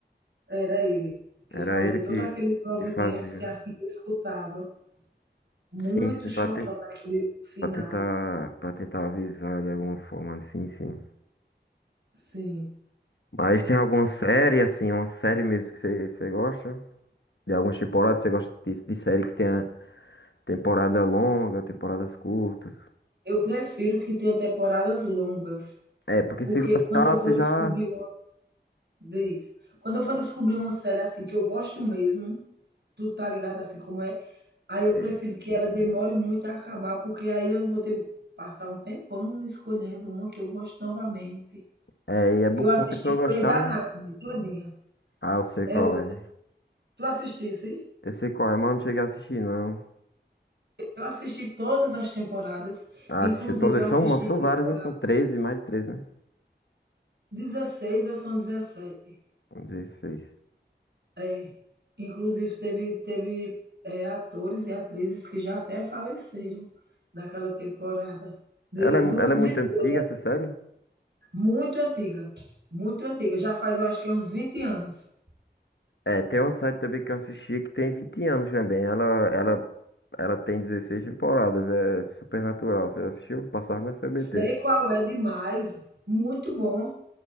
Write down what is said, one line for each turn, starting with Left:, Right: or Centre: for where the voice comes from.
Right: Era ele que
Left: Era
Right: fazia
Left: ele que,
Right: todos aqueles movimentos
Left: que fazia.
Right: que a filha escutava. Muito
Left: Sim, sim,
Right: chocante
Left: pra, te,
Right: aquele final.
Left: pra tentar, pra tentar avisar de alguma forma, sim, sim.
Right: Sim.
Left: Mas tem alguma série, assim, uma série mesmo que você você gosta? de algumas temporadas? Você gosta disso, de série que tenha temporada longa, temporadas curtas?
Right: Eu prefiro que tenha temporadas longas,
Left: É, porque
Right: porque
Left: se gostar,
Right: quando eu vou
Left: você
Right: descobrir
Left: já.
Right: Diz. Quando eu for descobrir uma série assim que eu gosto mesmo, tu tá ligado assim como é, aí eu
Left: Sei.
Right: prefiro que ela demore muito a acabar, porque aí eu vou ter passar um tempão escolhendo uma que eu gosto novamente.
Left: É, e é bom
Right: Eu
Left: que
Right: assisti
Left: se a pessoa gostar,
Right: Grey's Anatomy
Left: né?
Right: todinha.
Left: Ah, eu sei
Right: É
Left: qual
Right: outra.
Left: é.
Right: Tu assistisse?
Left: Eu sei qual é, mas não cheguei a assistir, não.
Right: Eu assisti todas as temporadas,
Left: Ah,
Right: inclusive
Left: assistiu todas?
Right: eu assisti
Left: São uma, são
Right: temporada
Left: várias, né? São 13, mais de 13, né?
Right: 16 ou são 17.
Left: São 16.
Right: É, inclusive teve, teve é, atores e atrizes que já até faleceram daquela temporada de,
Left: Ela é, mu-
Right: do,
Left: ela é
Right: de
Left: muito antiga,
Right: toda,
Left: essa série?
Right: muito antiga, muito antiga, já faz eu acho que é uns 20 anos.
Left: É, tem uma série também que eu assisti que tem 20 anos também. Ela, ela, ela tem 16 temporadas. É Supernatural. Você já assistiu? Passava na CBT.
Right: Sei qual é demais, muito bom,